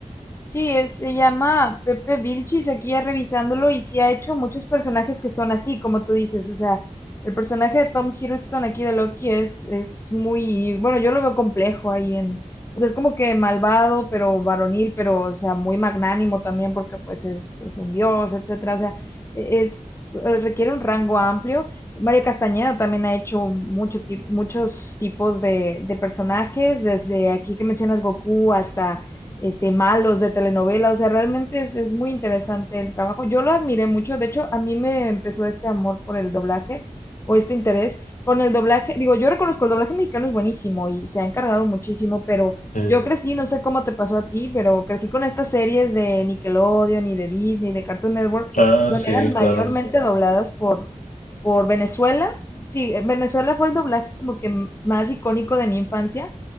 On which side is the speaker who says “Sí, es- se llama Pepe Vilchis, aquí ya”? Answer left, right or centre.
Left